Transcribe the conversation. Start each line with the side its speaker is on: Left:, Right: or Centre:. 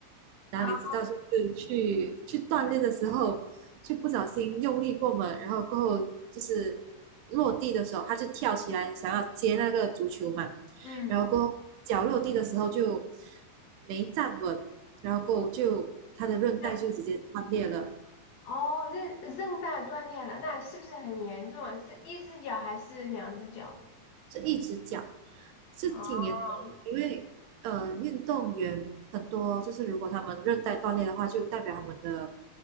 Right: 哪里知道就是去去锻炼的时候，
Left: 啊，
Right: 就不小心用力过猛，然后过后就是落地的时候，他就跳起来想要接那个足球嘛，
Left: 嗯，
Right: 然后过后脚落地的时候就没站稳，然后过后就他的韧带就直接断裂了，
Left: 那哦，韧韧带断裂了，那是不是很严重啊？是一只脚还是两只脚？
Right: 这一只脚是挺严重的，
Left: 哦
Right: 因为呃运动员很多就是如果他们韧带断裂的话，就代表他们的